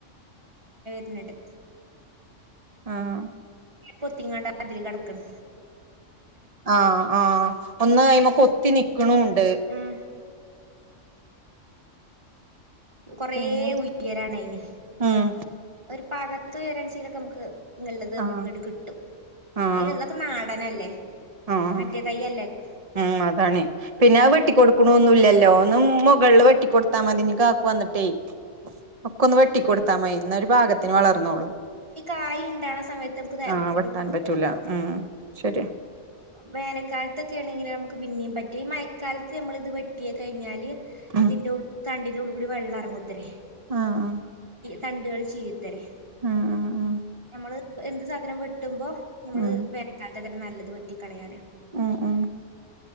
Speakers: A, on the right; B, on the right.
A: പിന്നെട്
B: ആഹ്
A: കൊത്തിങ്ങാണ്ട് അതില് കെടക്കണ്
B: ആഹ് ആഹ് ഒന്ന് അയ്മ്മ കൊത്തി നിക്കണൂണ്ട്
A: ഉം കുറെ
B: പിന്നെന്താ
A: ഉയരാണ് അയിന്
B: ഉം
A: ഒരു പാകത്ത് ഉയരാൻ ച്ചീലൊക്കെ നമുക്ക് ല്ലത് നമുക്ക്
B: ആഹ്
A: ഇങ്ങട്ട് കിട്ടും
B: ആഹ്
A: അതിന് ഇതൊക്കെ നാടനല്ലേ
B: ആഹ്
A: മറ്റേതൈ അല്ലേല്ലോ
B: ഉം അതാണെ പിന്നെ അഹ് വെട്ടികൊടുക്കണൊന്നുല്ലല്ലോ ഒന്ന് മൊകളില് വെട്ടിക്കൊടുത്താ മതി ഇഞ്ഞി കാ ക്കു വന്നിട്ടേയ് ഒക്കൊന്ന് വെട്ടിക്കൊടുത്താ
A: പിന്നെ
B: മയ് ന്നാ ഒരു പാകത്തിന് വളർന്നോളും
A: ഈ കായ് ഉണ്ടാകുന്ന സമയത്ത് നമുക്ക് ദേ
B: ആഹ
A: വെട്ടി
B: വെട്ടാൻ
A: കൊടുക്കും
B: പറ്റൂല ഉം ശരിയ
A: വേനൽക്കാലത്തൊക്കെ ആണെങ്കിൽ നമുക്ക് പിന്നെയും പറ്റും ഈ മഴക്കാലത്ത് നമ്മൾ ഇത് വെട്ടിയ കഴിഞ്ഞാല്
B: ഉം
A: ഇതിന്റെ തണ്ടിന്റെ ഉള്ളിൽ കൂടി വെള്ളം ഇറങ്ങുത്രെ
B: ആഹ് ആഹ്
A: കണ്ടുകൾ ചെയ്യത്തരെ
B: ആഹ് ആഹ് ആ
A: നമ്മള് എന്ത് സാധനം വെട്ടുമ്പോ നമ്മള്
B: ഉം
A: വേനക്കാല അത്ര നല്ലത് വെട്ടിക്കളയാനും
B: ഉം ഉം